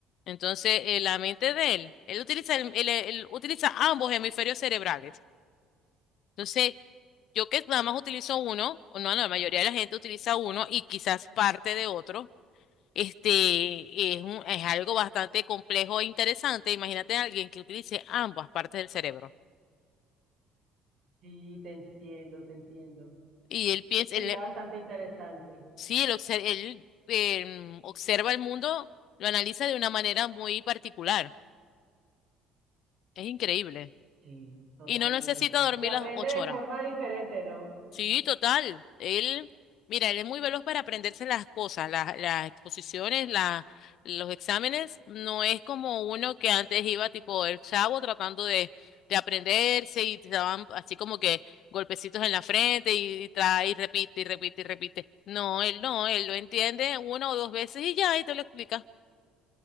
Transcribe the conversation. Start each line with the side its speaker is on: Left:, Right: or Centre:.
Left: Entonces, eh, la mente de él, él utiliza, el- él- él utiliza ambos hemisferios cerebrales. Entonces, yo que nada más utilizo uno, o no, no, la mayoría de la gente utiliza uno y quizás parte de otro. Este es un- es algo bastante complejo e interesante. Imagínate a alguien que utilice ambas partes del cerebro.
Right: Sí, te entiendo, te entiendo.
Left: Y él piensa,
Right: Sería bastante interesante.
Left: Sí, él, obser- él, em, observa el mundo, lo analiza de una manera muy particular. Es increíble.
Right: Sí, totalmente.
Left: Y no necesita dormir
Right: Y aprende
Left: las ocho
Right: de
Left: horas.
Right: forma diferente, ¿no?
Left: Sí, total. Él, mira, él es muy veloz para aprenderse las cosas, las, las exposiciones, la- los exámenes. No es como uno que antes iba tipo el chavo tratando de, de aprenderse y te daban así como que golpecitos en la frente y, y trae y repite y repite y repite. No, él no, él lo entiende una o dos veces y ya, y te lo explica.